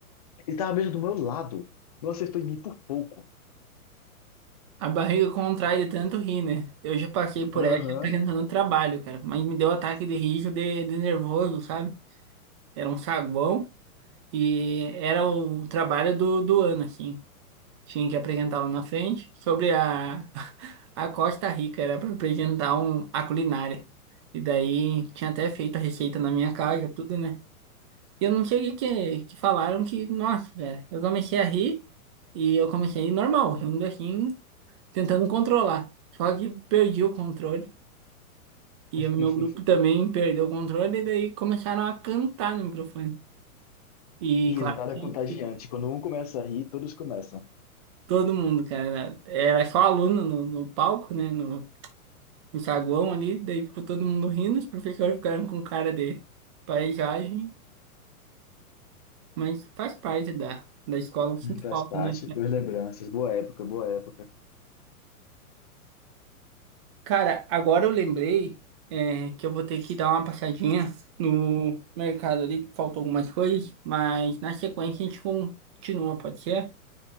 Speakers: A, on the left (about 25°); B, on the right (about 20°).
A: Ele tava mesmo do meu lado. Não acertou em mim por pouco.
B: A barriga contrai de tanto rir, né? Eu já passei por
A: Aham.
B: essa apresentando trabalho, cara. Mas me deu ataque de riso de, de nervoso, sabe? Era um saguão e era o trabalho do, do ano, assim. Tinha que apresentar lá na frente sobre a, <laughs> a Costa Rica. Era para apresentar um, a culinária. E daí tinha até feito a receita na minha casa, tudo, né? E Eu não sei o que, que falaram que, nossa, velho, eu comecei a rir e eu comecei normal, rindo assim, tentando controlar. Só que perdi o controle e
A: <laughs>
B: o meu grupo também perdeu o controle e daí começaram a cantar no microfone. E
A: Risada
B: claro que
A: contagiante. Quando um começa a rir, todos começam.
B: todo mundo, cara, era só aluno no, no palco, né, no, no saguão ali, daí ficou todo mundo rindo, os professores ficaram com cara de paisagem, mas faz parte da, da escola, eu sinto
A: Hum, Faz
B: falta,
A: parte.
B: né?
A: Boas lembranças. Boa época, boa época.
B: Cara, agora eu lembrei, é, que eu vou ter que dar uma passadinha no mercado ali, que faltou algumas coisas, mas na sequência a gente continua, pode ser?